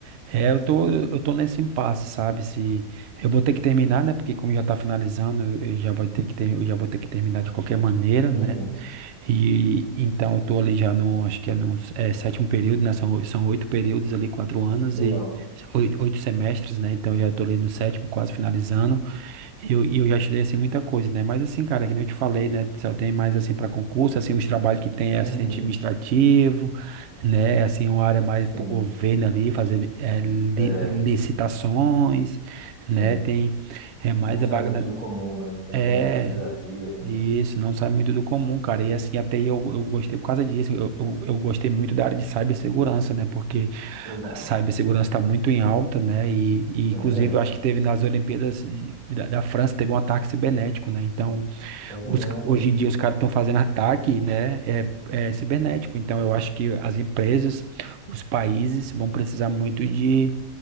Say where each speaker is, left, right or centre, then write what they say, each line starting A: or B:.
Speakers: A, on the right (about 75°); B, on the right (about 30°).
A: é, eu tô, eu tô nesse impasse, sabe, se, eu vou ter que terminar, né, porque como já tá finalizando, eu, eu já vou ter que ter, eu já vou ter que terminar de qualquer maneira,
B: Uhum,
A: né, e então eu tô ali já no, acho que é no é, sétimo período, né, são, são oito períodos ali, quatro anos
B: legal.
A: e oito, oito semestres, né, então eu já tô ali no sétimo, quase finalizando, e eu, e eu já estudei, assim, muita coisa, né? Mas, assim, cara, que nem eu te falei, né? Só tem mais, assim, para concurso, assim, os trabalhos que tem é
B: Uhum,
A: assistente administrativo, né? Assim, uma área mais
B: sim,
A: pro governo ali, fazer eh, li-
B: é,
A: licitações,
B: sim.
A: né? Tem é mais
B: Não sai
A: a vaga
B: muito
A: na,
B: do comum, né? Você não
A: é,
B: tem muitos desafios, né?
A: isso, não sai muito do comum, cara. E assim, até eu, eu gostei por causa disso. Eu, eu, eu gostei muito da área de cibersegurança, né? Porque
B: Legal,
A: a cibersegurança está muito em alta, né? E, e
B: é
A: inclusive
B: verdade,
A: eu acho que teve nas Olimpíadas de- da, da França, teve um ataque cibernético, né? Então,
B: é verdade.
A: os- hoje em dia os caras estão fazendo ataque, né? É, é cibernético. Então, eu acho que as empresas, os países vão precisar muito de,